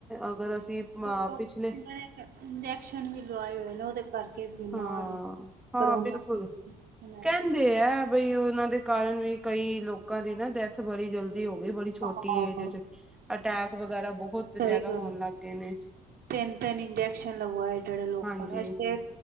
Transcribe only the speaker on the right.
<unintelligible>
ਇੰਜੈਕਸ਼ਨ ਵੀ ਲਵਾਏ ਹੋਏ ਨੇ ਉਹਦੇ ਕਰਕੇ। ਬਿਮਾਰ
ਹੋ
ਕਰੋਨਾ
<unintelligible>
ਹਾਂ
ਸਹੀ
ਗੱਲ
ਤਿੰਨ-ਤਿੰਨ, ਇੰਜੈਕਸ਼ਨ ਲਗਵਾਏ ਜਿਹੜੇ ਲੋਕਾਂ
ਨੇ ਅਸੀਂ